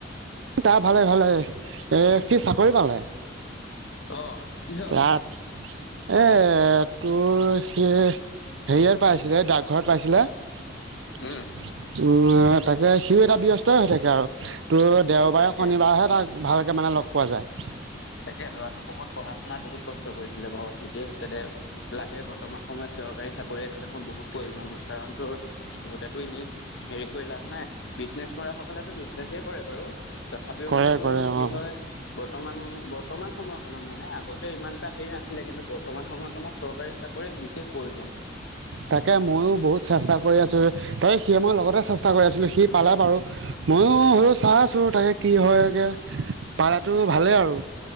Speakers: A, on the right; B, on the left.
A: তা ভালে ভালে এ সি চাকৰি পালে
B: অ কিহত
A: তাত এ তোৰ স হেৰিয়াত পাইছিলে ডাকঘৰত পাইছিলে উ
B: উম
A: তাকে সিও এটা ব্য্স্ত হৈ থাকে আৰু তো দেওবাৰে
B: তাকে
A: শনিবাৰেহে তাক ভালকৈ মানে লগ পোৱা যায়
B: তাকে ল'ৰাটো বহুত পঢ়া শুনাত বহুত কষ্ট কৰিছিলে বাৰু ঠিকেই হৈছে দে লাগে বৰ্তমান সময়ত চৰকাৰী চাকৰি এটা দেখোন বহুত প্ৰয়োজন কাৰণ তোৰ ঘতেো এনে হেৰি কৰি লাভ নাই বিজনেছ কৰা সকলেেতো বিজনেছে কৰে বাৰু তথাপিও
A: কৰে
B: মানে তোৰ
A: কৰে
B: কি
A: অ
B: হয় বৰ্তমান বৰ্তমান সময়কণত মানে আগতে ইমান এটা হেৰি নাছিলে কিন্তু বৰ্তমান সময়কণত চৰকাৰী চাকৰি বিশেষ প্ৰয়োজন
A: তাকে ময়ো বহুত চেষ্টা কৰোঁ কৰি আছো তাক সি মই লগতে চেষ্টা কৰি আছিলো সি পালে বাৰু ময়ো হলেও চাই আছো তাকে কি হয়গে পালাটো ভালেই আৰু